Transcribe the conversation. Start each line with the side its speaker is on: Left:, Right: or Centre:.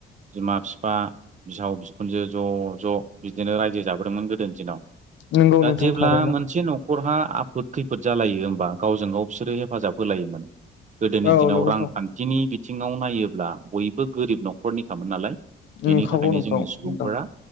Right: बिमा बिफा बिहाव बिखुनजो ज' ज' बिदिनो रायजो जाबोदोंमोन गोदोनि दिनाव।
Left: नंगौ
Right: दा
Left: नोंथां
Right: जेब्ला
Left: थारैनो
Right: मोनसे न' न'खरहा आफोद खैफोद जालायो होमबा गावजों गाव बिसोरो हेफाजाब होलायोमोन। गोदोनि
Left: औ
Right: दिनाव
Left: नंगौ
Right: रांखान्थिनि
Left: नोंथां
Right: बिथिङाव नायोब्ला बयबो गोरिब न'खरनिखामोन नालाय। बेनि
Left: नंखागौ
Right: थाखायनो
Left: नंगौ
Right: जोंनि सुबुंफोरा
Left: नोंथां